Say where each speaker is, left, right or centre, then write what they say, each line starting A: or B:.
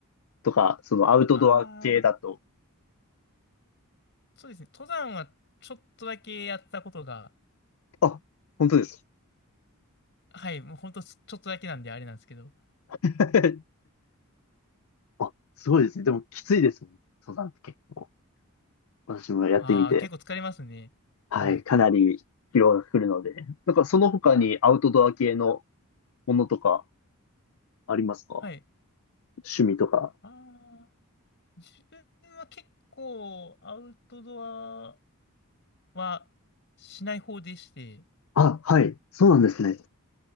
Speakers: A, on the left (about 70°); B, on the left (about 55°).
A: とか、そのアウトドア系だと。
B: ああ、そうですね。登山はちょっとだけやったことが、
A: あ、本当です
B: はい、もうほんとちょっとだけなんであれなんですけど。
A: か。<laughs> あ、すごいですね。でもきついですもん。登山って結構。私もやってみて。
B: ああ、結構疲れますね。
A: はい。
B: はい。
A: かなり疲労が来るので。なんかその他にアウトドア系のものとかありますか
B: はい。
A: 趣味とか。
B: ああ、自分は結構アウトドアはしない方でして、
A: あ、はい。そうなんですね。